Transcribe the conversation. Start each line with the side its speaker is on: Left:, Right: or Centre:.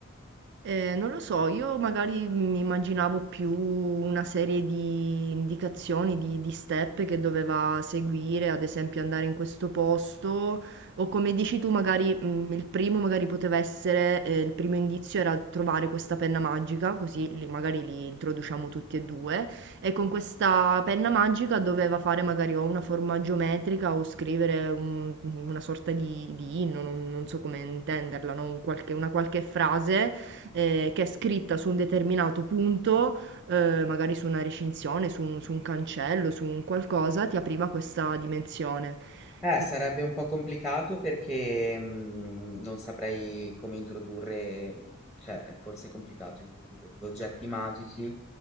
Right: Eh, non lo so, io magari mi immaginavo più una serie di indicazioni, di, di step che doveva seguire, ad esempio andare in questo posto, o come dici tu, magari mm, il primo magari poteva essere, eh, il primo indizio era trovare questa penna magica, così li- magari li introduciamo tutti e due, e con questa penna magica doveva fare magari o una forma geometrica o scrivere un- una sorta di, di inno, non, non so come intenderla, no? Un qualche- una qualche frase eh, che è scritta su un determinato punto, eh, magari su una recinzione, su un, su un cancello, su un qualcosa, ti apriva questa dimensione.
Centre: Eh,
Right: M-
Centre: sarebbe un po' complicato perché, mhmm, non saprei come introdurre cioè, forse è complicato introdurre 2 oggetti magici